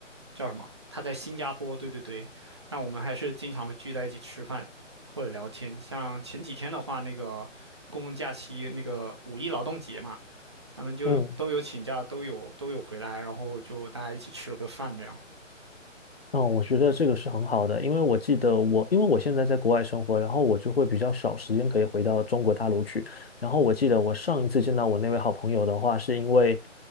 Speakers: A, on the right; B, on the left.
A: 叫什么？他在新加坡，对对对，但我们还是经常会聚在一起吃饭或者聊天。像前几天的话，那个公共假期，那个五一劳动节嘛，他们就都有请假，
B: 嗯。
A: 都有都有回来，然后就大家一起吃了个饭这样。
B: 嗯，我觉得这个是很好的，因为我记得我，因为我现在在国外生活，然后我就会比较少时间可以回到中国大陆去。然后我记得我上一次见到我那位好朋友的话，是因为